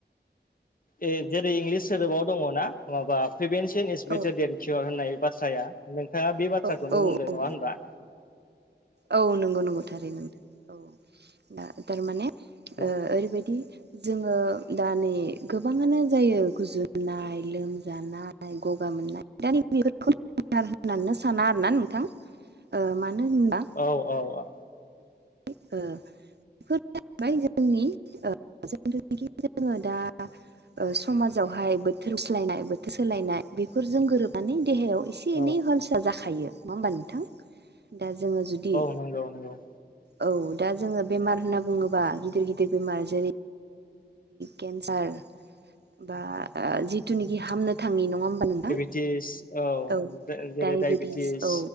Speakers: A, on the left; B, on the right.
A: ए जेरै इंलिस सोदोबाव दङना माबा प्रिभेनसन इज
B: औ
A: बेटेरियेल कियर होननाय बाथ्राया। नोंथाङा बे बाथ्राखौनो
B: औ औ
A: बुंदों
B: औ
A: नङा होनबा?
B: औ, नंगौ- नंगौ थारैनो औ दा थारमाने
A: औ
B: ओ ओरैबायदि जोङो दा नै गोबाङानो जायो गुजुनाय, लोमजानाय गगा मोननाय दा नि बे होननानै साना आरोना नोंथां। ओ मानो होनबा
A: औ- औ -औ।
B: ओ बेफोर जाबाय जोंनि जोङो दा समाजावहाय बोथोर सोलायनाय -बोथोर सोलायनाय बेफोरजों गोरोबनानै देहायाव एसे-
A: औ
B: एनै हलसआ जाखायो नङा होमबा नोंथां? दा जोङो जुदि
A: नोंगौ -नोंगौ।
B: औ, दा जोङो बेमार होनना बुङोबा गिदिर - गिदिर बेमार जेरै केन्सार बा जिथुनाखि हामनो थाङि नङा होमबा नोंथां?
A: औ
B: औ
A: जेरै
B: डायबेटिस
A: दडाइबेटिस,
B: औ